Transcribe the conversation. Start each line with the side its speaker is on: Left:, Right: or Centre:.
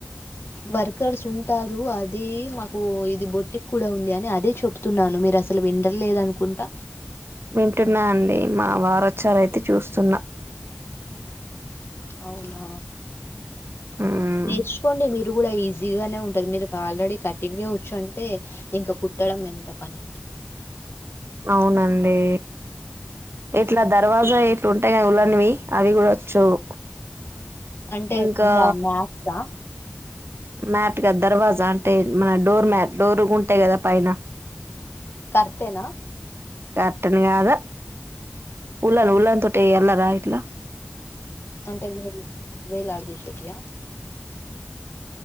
Left: వర్కర్స్ ఉంటారు. అది మాకు ఇది బొట్టికి కూడా ఉంది అని అదే చెప్తున్నాను మీరు అసలు వింటాలేదు అనుకుంటా.
Right: వింటున్నా అండి మా వారచారయితే చూస్తున్నా
Left: అవునా
Right: మ్మ్
Left: నేర్చుకోండి మీరు కూడా ఈ ఈజీగానే ఉంటది మీరు ఆల్రెడీ కటింగ్ ఏ వచ్చు అంటే ఇంకా కుట్టడం ఎంత పని.
Right: అవునండి ఇట్లా దర్వాజావి ఇట్లా ఉంటాయి కదా ఉలన్వి. అవి కూడా వచ్చావు
Left: అంటే
Right: ఇంకా
Left: కింద మ్యాట్సా
Right: మ్యాట్ కదా దర్వాజా అంటే మన డోర్ మ్యాట్ డోర్ ఉంటాయి కదా పైన
Left: కరెక్టేనా
Right: కటన్ కాదా ఉను ఉన్ తటే ఎలాదయిట్లా
Left: అంటే వేలు వేలా ఆడిదిషెటియా